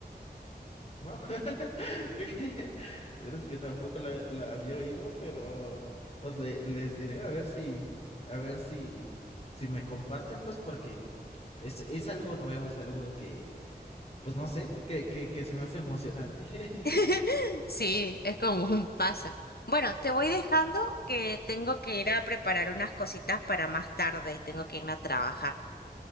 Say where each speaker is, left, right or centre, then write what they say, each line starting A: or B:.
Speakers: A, on the left (about 40°); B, on the left (about 65°).
A: Wow, <laughs> que es que tampoco la, la había oído, pero pues le- les diré a ver si, a ver si, si me comparten, pues porque es, es algo nuevo, es algo que, Pues no sé, que, que, que se me hace emocionante. <laughs>
B: <laughs> Sí, es común, pasa. Bueno, te voy dejando que tengo que ir a preparar unas cositas para más tarde y tengo que irme a trabajar.